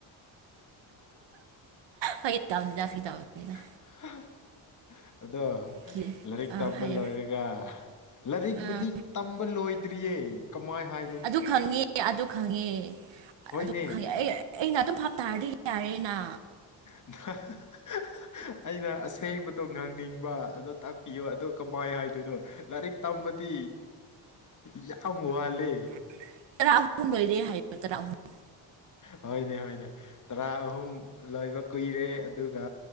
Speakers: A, on the right; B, on the left.
A: ꯐꯒꯤ ꯇꯧꯅꯤꯗꯥ ꯐꯒꯤ ꯇꯧꯅꯤꯗꯥ
B: <inaudible> ꯑꯗꯣ
A: ꯀꯤꯔꯦ
B: ꯂꯥꯏꯔꯤꯛ
A: ꯑꯥ
B: ꯇꯝꯕ
A: ꯍꯥꯏꯌꯣ
B: ꯂꯣꯏꯔꯒ ꯂꯥꯏꯔꯤꯛꯄꯨꯗꯤ
A: ꯑꯥ
B: ꯇꯝꯕ ꯂꯣꯏꯗ꯭ꯔꯤꯌꯦ ꯀꯃꯥꯏ ꯍꯥꯏ
A: ꯑꯗꯨ ꯈꯪꯉꯦ ꯑꯗꯨ ꯈꯪꯉꯦ
B: ꯍꯣꯏꯅꯦ
A: ꯑꯗꯨ ꯈꯪꯉꯦ ꯑꯩ ꯑꯩꯅ ꯑꯗꯨꯝ ꯐꯥꯞ ꯇꯥꯔꯗꯤ ꯌꯔꯦꯅ
B: <unintelligible> ꯑꯩꯅ ꯑꯁꯦꯡꯕꯗꯣ ꯉꯥꯡꯅꯤꯡꯕ ꯑꯗꯣ ꯇꯥꯛꯄꯤꯌꯨ ꯑꯗꯣ ꯀꯃꯥꯏ ꯍꯥꯏꯗꯣꯏꯅꯣ ꯂꯥꯏꯔꯤꯛ ꯇꯝꯕꯗꯤ ꯌꯥꯝ ꯋꯥꯠꯂꯦ
A: <unintelligible>
B: ꯍꯣꯏꯅꯦ ꯍꯣꯏꯅꯦ ꯇꯔꯥ ꯑꯍꯨꯝ ꯂꯣꯏꯕ ꯀꯨꯏꯔꯦ ꯑꯗꯨꯒ